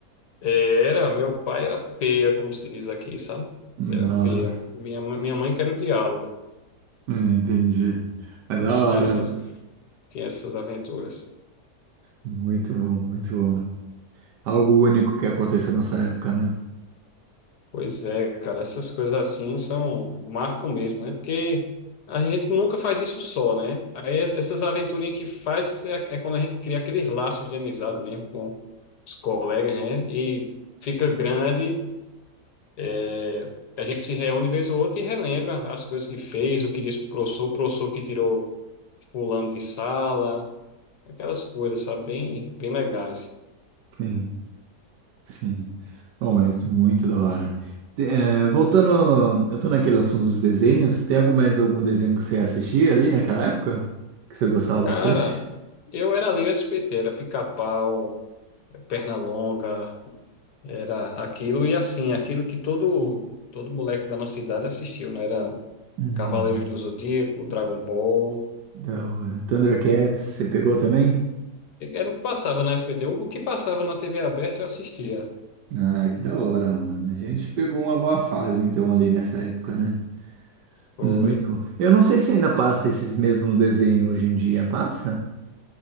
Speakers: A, on the left; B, on the right.
A: É, Era, meu pai era peia, como se diz aqui, sabe?
B: Não,
A: Era peia. Minha, ma- minha mãe que era o diálogo.
B: entendi. Mas
A: Aí
B: da hora.
A: tinha essas, tinha essas aventuras.
B: Muito bom, muito bom. Algo único que aconteceu nessa época, né?
A: Pois é, cara, essas coisas assim são, marcam mesmo, né? Porque a gente nunca faz isso só, né? Aí es- essas aventurinhas que faz é, é quando a gente cria aqueles laços de amizade mesmo com os colegas, né? E fica grande. é, A gente se reúne vez ou outra e relembra as coisas que fez, o que disse pro professor, o professor que tirou fulano de sala. Aquelas coisas, sabe? Bem, bem legais.
B: Sim, sim. Bom, mas muito da hora. Te- eh, voltando, eu tô naquele assunto dos desenhos. Tem algum mais algum desenho que você assistia ali naquela época? Que você gostava
A: Cara,
B: bastante?
A: eu era ali o SPT, era pica-pau, perna longa, era aquilo e assim, aquilo que todo todo moleque da nossa idade assistiu, né? Era
B: Uhum.
A: Cavaleiros do Zodíaco, Dragon Ball.
B: Da hora. Thundercats, você pegou também?
A: Era o que passava na SBT. O que passava na TV aberta eu assistia.
B: Ah, que da hora, mano. A gente pegou uma boa fase, então, ali nessa época, né?
A: Foi.
B: Muito bom. Eu não sei se ainda passa esses mesmos desenhos hoje em dia. Passa?